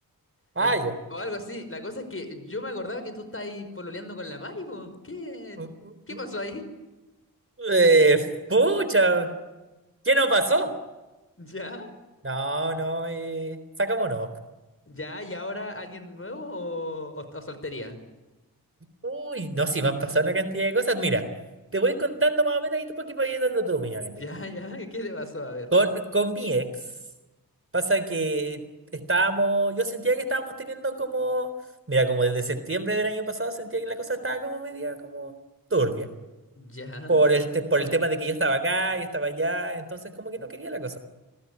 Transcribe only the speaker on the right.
ah,
ya.
Mm, mm,
mm.
Eh, pucha, ¿qué nos pasó?
No, no, eh, sacamos no.
Uy, no, sí, me han pasado una cantidad de cosas. Mira, te voy contando más o menos y tú para que vayas dando tu opinión. eh,
Mira,
con, con mi ex, pasa que estábamos, yo sentía que estábamos teniendo como, mira, como desde septiembre del año pasado sentía que la cosa estaba como media, como turbia.
por el, te- por el tema de que yo estaba acá, yo estaba allá, entonces como que no quería la cosa.